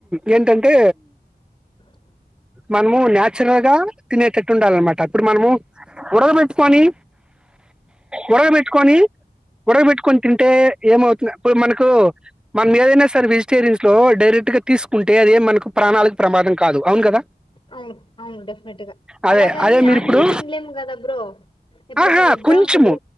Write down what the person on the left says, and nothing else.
అ <unintelligible>
అవును అవును డెఫినెట్ గా
అలాగని
అన్ని
తినలేము కదా బ్రో. ఇప్పుడు
ఫర్ ఎగ్జాంపుల్